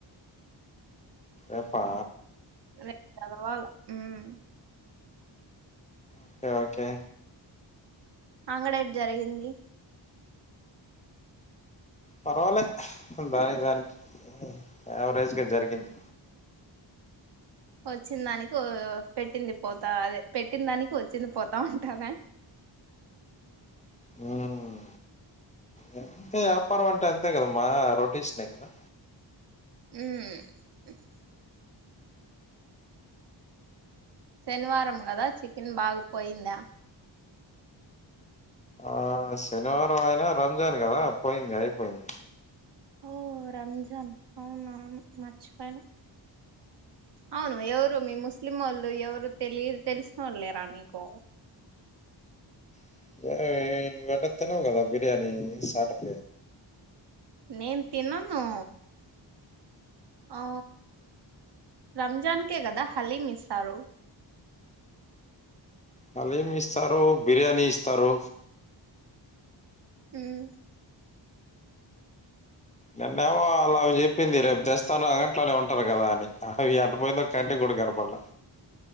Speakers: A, on the left; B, on the right.
A: రేప్పా
B: రెప్ చదవాల హ్మ్
A: ఓకే ఓకే
B: అంగడేట్ జరిగింది.
A: పర్వాలే దాని దానికి యావరేజ్గా జరిగింది.
B: వచ్చిన్ దానికి పెట్టింది పోతా అదే పెట్టిన్ దానికి వచ్చింది పోతాం అంటానా
A: హ్మ్ గంతే వ్యాపారం అంటేన్ అంతేకదామా రొటేషన్ కదా
B: హ్మ్ శనివారం కదా చికెన్ బాగు పోయిందా
A: ఆ శనివారం అయినా రంజాన్ కదా పోయింది అయిపోయింది.
B: ఓ రంజాన్ అవునావును మర్చిపోయాన్ అవును ఎవరు మీ ముస్లిం వోళ్ ఎవరు తెలి తెలిసినోళ్లు లేరా నీకు
A: <unintelligible> కదా బిర్యానీ సట <unintelligible>
B: నేన్ తినను ఆ రంజాన్ కె కదా హలీమ్ ఇస్తారు.
A: హలీమ్ ఇస్తారు బిర్యాని ఇస్తారు.
B: హ్మ్
A: నిన్నేమో అలావ్ చెప్పింది రేపు తెస్తాను అది గట్లనే ఉంటాది కదా అని అవి అటుపోయిందో కంటి కూడా కనపళ్ళే